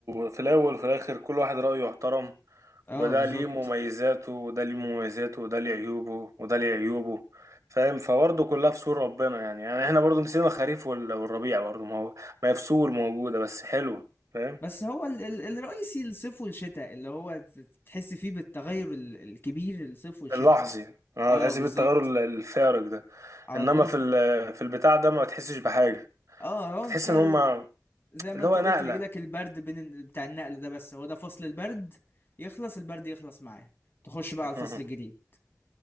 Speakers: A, on the right; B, on the left.
A: في الأول وفي الآخر كل واحد رأيه يحترم
B: اه
A: وده
B: بالظبط
A: ليه مميزاته وده ليه مميزاته وده ليه عيوبه وده ليه عيوبه فاهم فبرضه كلها في سور ربنا يعني يعني احنا برضه نسينا الخريف وال- والربيع برضه ما هو ما هي فصول موجودة بس حلوة فاهم
B: بس هو ال ال الرئيسي الصيف والشتاء اللي هو ت- تحس فيه بالتغير ال- الكبير الصيف والشتاء
A: اللحظي اه
B: اه
A: تحس
B: بالظبط
A: بالتغير ال- الفارق ده
B: على
A: انما
B: طول
A: في ال- في البتاع ده ما تحسش بحاجة
B: اه هو
A: بتحس
B: انت
A: ان هما
B: زي ما
A: اللي
B: انت
A: هو
B: قلت
A: نقلة
B: بيجيلك البرد بين ال- بتاع النقل ده بس هو ده فصل البرد يخلص البرد يخلص معاه تخش بقى
A: <laughs>
B: على الفصل الجديد